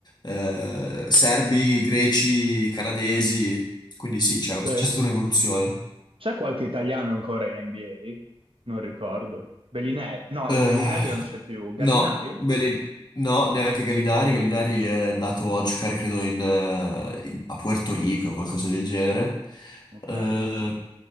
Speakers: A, on the left; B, on the right.
A: Eh, serbi, greci, canadesi, quindi sì, c'è
B: Sì.
A: c'è stata un'evoluzione.
B: C'è qualche italiano ancora in NBA? Non ricordo. Bellinelli? No,
A: Eh,
B: Bellinelli non c'è più. Gallinari?
A: no, Belin- no, neanche Gallinari. Gallinari è andato a giocare, credo, in, eh, in- a Puerto Rico o qualcosa del genere.
B: Ok.
A: Eh,